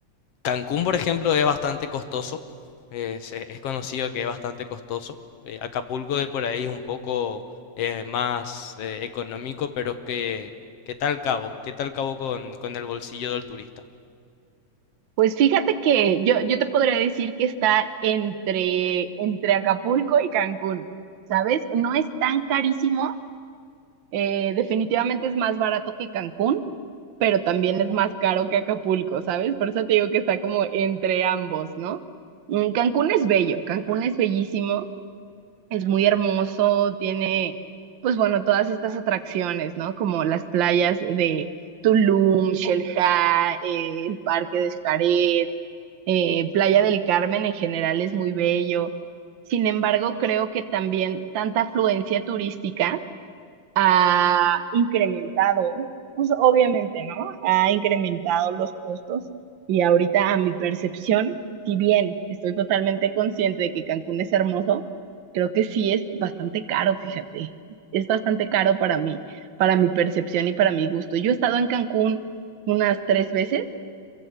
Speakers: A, on the left; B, on the right.
A: Cancún, por ejemplo, es bastante costoso. eh, se- es conocido que es bastante costoso. eh, Acapulco de por ahí es un poco eh, más eh, económico, pero que, ¿qué tal Cabo? ¿Qué tal Cabo con, con el bolsillo del turista?
B: Pues fíjate que yo, yo te podría decir que está entre, entre Acapulco y Cancún, ¿sabes? No es tan carísimo, eh, definitivamente es más barato que Cancún, pero también es más caro que Acapulco, ¿sabes? Por eso te digo que está como entre ambos, ¿no? Mm, Cancún es bello, Cancún es bellísimo. Es muy hermoso, tiene, pues bueno, todas estas atracciones, ¿no? Como las playas de Tulum, Xelha, eh, el Parque de Xcaret, eh, Playa del Carmen en general es muy bello. Sin embargo, creo que también tanta afluencia turística ha incrementado, pues obviamente, ¿no? Ha incrementado los costos y ahorita a mi percepción, si bien estoy totalmente consciente de que Cancún es hermoso, creo que sí es bastante caro, fíjate. Es bastante caro para mí, para mi percepción y para mi gusto. Yo he estado en Cancún unas tres veces,